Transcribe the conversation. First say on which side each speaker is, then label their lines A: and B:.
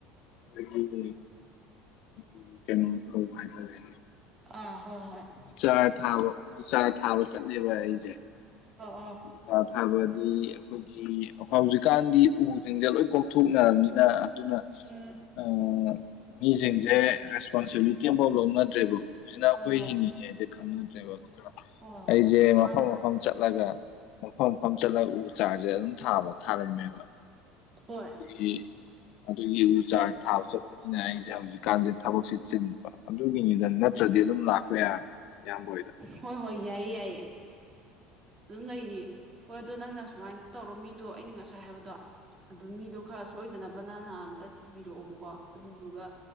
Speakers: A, on the left; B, on the right.
A: <inaudible> ꯎꯝ ꯀꯩꯅꯣ ꯇ ꯍꯥꯏ ꯇꯔ
B: ꯑꯥ ꯍꯣꯏ ꯍꯣꯏ
A: ꯆꯥꯔ ꯊꯥꯕ ꯎ ꯆꯥꯔ ꯊꯥꯕ ꯆꯠꯂꯦꯕ ꯑꯩꯖꯦ
B: ꯑ ꯑꯣ
A: ꯆꯥ ꯊꯕꯗꯤ ꯑꯩꯈꯣꯏ ꯑꯩꯈꯣꯏꯒꯤ ꯍꯧꯖꯤꯛꯀꯥꯟꯗꯤ ꯎꯖꯤꯡꯁꯦ ꯂꯣꯏ ꯀꯣꯛꯊꯣꯛꯅꯔꯕꯅꯤꯅ ꯑꯗꯨꯅ
B: ꯎꯝ
A: ꯑ ꯃꯤꯖꯤꯡꯁꯦ ꯔꯦꯁꯄꯣꯟꯁꯤꯕꯤꯂꯤꯇꯤ ꯑꯝꯐꯥꯎ ꯂꯧꯅꯠꯇꯗ꯭ꯔꯦꯕ ꯎꯖꯤꯅ ꯑꯩꯈꯣꯏ
B: ꯍꯣꯏ ꯍꯣꯏ
A: ꯍꯤꯡꯉꯤ ꯌꯦꯖꯦ ꯈꯪꯅꯗ꯭ꯔꯦꯕ ꯑꯗꯨꯒ
B: ꯍꯣꯏ ꯍꯣꯏ
A: ꯑꯩꯖꯦ ꯃꯐꯝ
B: ꯃꯥꯅꯦ ꯃꯥꯅꯦ
A: ꯃꯐꯝ ꯆꯠꯂꯒ ꯃꯐꯝ ꯃꯐꯝ ꯆꯠꯂꯒ ꯎ ꯆꯥꯔꯖꯦ ꯑꯗꯨꯝ ꯊꯥꯕ ꯊꯥꯔꯝꯃꯦꯕ
B: ꯍꯣꯏ
A: ꯑꯗꯒꯤ ꯑꯗꯨꯒꯤ ꯎ ꯆꯥꯔ ꯊꯥꯕ ꯆꯠꯄ ꯑꯩꯅ ꯍꯥꯏꯖꯦ ꯍꯧꯖꯤꯛꯀꯥꯟꯖꯦ ꯊꯕꯛꯁꯦ ꯆꯤꯟꯕ ꯑꯗꯨꯒꯤꯅꯤꯗ ꯅꯠꯇ꯭ꯔꯗꯤ ꯑꯗꯨꯝ ꯂꯥꯛꯄ ꯌꯥꯔ ꯌꯥꯝꯕ ꯍꯣꯏꯗ
B: ꯍꯣꯏ ꯍꯣꯏ ꯌꯥꯏꯌꯦ ꯌꯥꯏꯌꯦ ꯑꯗꯨꯝ ꯂꯩꯔꯤ ꯍꯣꯏ ꯑꯗꯣ ꯅꯪꯅ ꯁꯨꯃꯥꯏ ꯇꯧꯔꯣ ꯃꯤꯗꯣ ꯑꯩꯅ ꯉꯁꯥꯏ ꯍꯥꯏꯕꯗꯣ ꯑꯗꯨ ꯃꯤꯗꯣ ꯈꯔ ꯁꯣꯏꯗꯅꯕ ꯅꯪꯅ ꯑꯝꯇ ꯊꯤꯕꯤꯔꯛꯑꯣꯕꯀꯣ ꯑꯗꯨꯗꯨꯒ